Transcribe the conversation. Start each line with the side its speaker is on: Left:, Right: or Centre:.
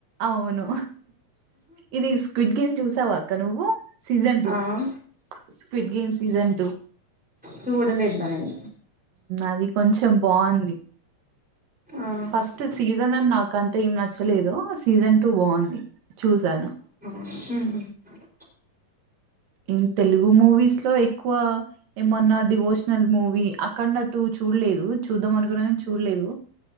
Right: అవును ఇది స్క్విడ్ గేమ్ చూసావాక్క నువ్వు సీజన్ టూ
Centre: ఆ
Right: స్క్విడ్ గేమ్ సీజన్ టూ
Centre: చూడలేదురా నేను
Right: అది కొంచెం బాగుంది
Centre: ఆహా
Right: ఫస్ట్ సీజన్ అన్ నాకు అంత ఏం నచ్చలేదుో సీజన్ టూ బాగుంది చూశాను
Centre: హా
Right: ఇ తెలుగు మూవీస్ లో ఎక్కువ ఏమన్నా డివోషనల్ మూవీ అక్కనట్టు చూడలేదు చూద్దాం అనుకున్నా చూడలేదు